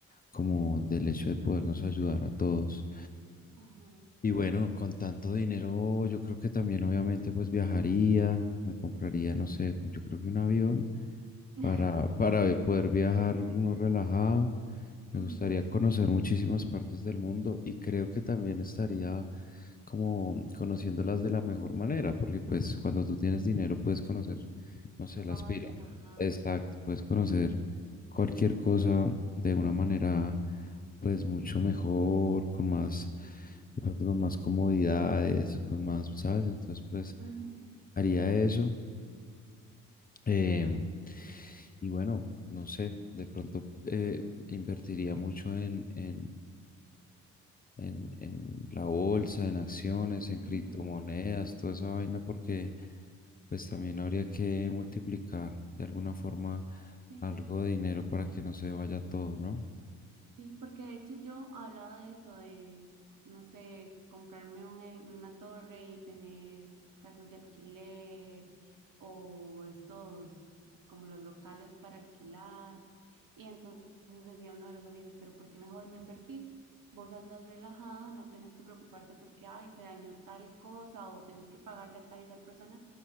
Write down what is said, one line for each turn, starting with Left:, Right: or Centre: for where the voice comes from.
Left: como del hecho de podernos ayudar a todos.
Right: ajá.
Left: Y bueno, con tanto dinero, yo creo que también obviamente pues viajaría, me compraría, no sé, yo creo que un avión
Right: <laughs>
Left: para, para poder viajar uno relajado.
Right: Ujú,
Left: Me gustaría conocer muchísimas partes del mundo y creo que también estaría como conociéndolas de la mejor manera, porque pues cuando tú tienes dinero puedes conocer, no sé, las
Right: Va más
Left: pirámides.
Right: relajado.
Left: Exacto, puedes conocer
Right: Ujú,
Left: cualquier cosa de una manera pues mucho mejor, con más, de pronto con más comodidades, con más, ¿sabes? Entonces pues
Right: ujú,
Left: haría eso. em, y bueno, no sé, de pronto eh, invertiría mucho en, en en, en la bolsa, en acciones, en criptomonedas,
Right: ujú,
Left: toda esa vaina, porque pues también habría que multiplicar de alguna forma
Right: Sí.
Left: algo de dinero para que no se vaya todo, ¿no?
Right: Sí, porque de hecho yo hablaba de eso, de, no sé, comprarme un e- una torre y tener casas de alquiler o estos, como los locales para alquilar. Y entonces decía uno de los amigos, pero ¿por qué mejor no invertir? Vos andas relajada, no tenés que preocuparte porque, ay, se dañó tal cosa o tenés que pagarle a tal y tal persona